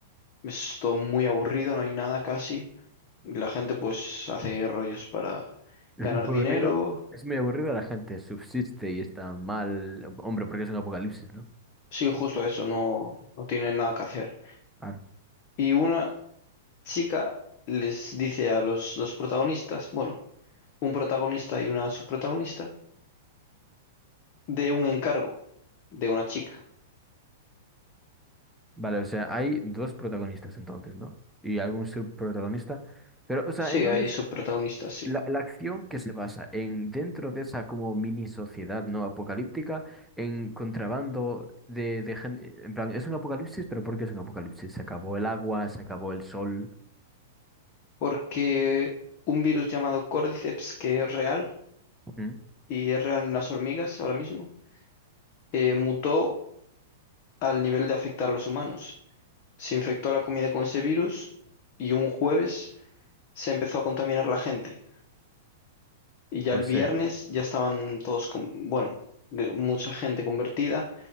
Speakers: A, on the left (about 40°); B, in the centre.
A: es todo muy aburrido, no hay nada casi. Y la gente pues hace rollos para
B: Es
A: ganar
B: muy aburrido.
A: dinero.
B: Es muy aburrido, la gente subsiste y está mal. Hombre, porque es un apocalipsis, ¿no?
A: Sí, justo eso, no, no tienen nada que hacer.
B: Claro.
A: Y una chica les dice a los dos protagonistas, bueno, un protagonista y una subprotagonista, de un encargo de una chica.
B: Vale, o sea, hay dos protagonistas entonces, ¿no? Y algún subprotagonista. Pero, o sea,
A: Sí,
B: entonces,
A: hay subprotagonistas, sí.
B: la, la acción que se basa en dentro de esa como mini sociedad no apocalíptica, en contrabando de, de gente, en plan, es un apocalipsis, pero ¿por qué es un apocalipsis? Se acabó el agua, se acabó el sol,
A: Porque un virus llamado Cordyceps, que es real,
B: ¿Mm?
A: y es real en las hormigas ahora mismo, eh, mutó al nivel de afectar a los humanos. Se infectó la comida con ese virus y un jueves se empezó a contaminar la gente. Y ya
B: O
A: el
B: sea,
A: viernes ya estaban todos, con, bueno, de- mucha gente convertida